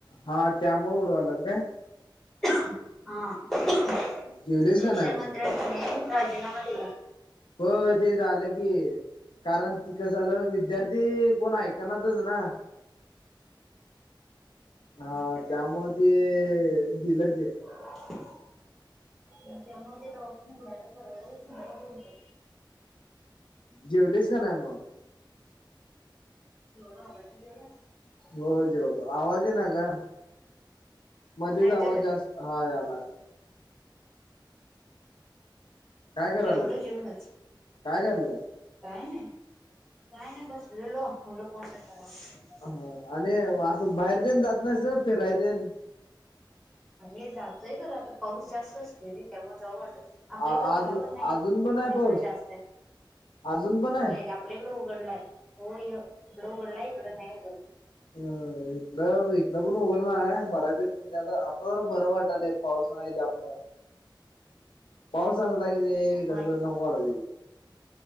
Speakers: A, on the left (about 70°); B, in the centre.
A: हा त्यामुळे उडवालात काय.?
B: खो खो.. हा
A: जेवलीस
B: शिक्षण
A: का नाही मग
B: मंत्र्यांन की नाय राजीनामा दिला.
A: होय ते झालं की, कारण ते कसं झालं विद्यार्थी कोण हाय. त्यांना तच ना. हा
B: नीटच्या
A: त्या मूळते.... दिलं ते.
B: भुभु... आणि त्यामुळ ते त उडायलाच सुंदरच होऊत.
A: जेवलीस का नाय मग.
B: हो गला. <unintelligible>
A: हो जेवलो. आवाज येना काय मध्येच
B: आता येतोय
A: आवाज
B: काय?
A: जास्त हा यालाय. काय करायलास
B: जेवलो जेवूनच.
A: काय करायलास
B: काय नाय, काय नाही बसलेलो म्हनल फोन तर कराव.
A: ह आणि असं बाहेर जन जात नाहीस फिरायतेन.
B: अरे जातोय खर. आता पाऊस जास्त असतोय रे त्यामुळे जावू वाटत नाय. आपल्या
A: आज
B: इत गावाकड नाही
A: अजून
B: येवड खर तर
A: पण आहे
B: पुण्याकडे
A: पाऊस
B: जास्तय आहे
A: अजून पण आहे
B: होय पेलग उघड लाय होय. तिकड उघडलाय इकड नाही उघडलाय.
A: अ.. इकड इकड पण उघडलाय बऱ्यापैकी म्हणजे आता आता जरा बरं वाटालंय. पाऊस नाही, त्यामुळ, पाऊस असला की, ते
B: मग
A: कस नको वाटतय.